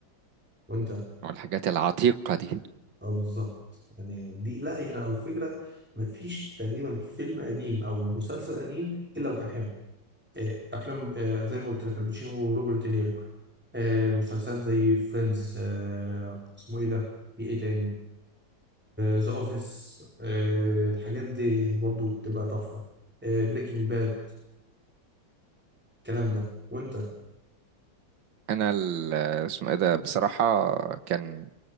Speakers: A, in the centre; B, on the right (about 75°).
A: وأنت
B: والحاجات العتيقة دي
A: أه بالظبط يعني دي لا يعني أو الفكرة مفيش تقريبا فيلم قديم أو مسلسل قديم إلا وكان حلو آه، افلام آه، زي ما قلت لك الباتشينو وروبرت دينيرو آه، مسلسلات زي فريندز آه، اسمه ايه ده في ايه تاني ذا اوفيس الحاجات دي يعني برضو بتبقى تحفه بريكنج باد الكلام ده وانت
B: انا ال- اسمه ايه ده بصراحة كان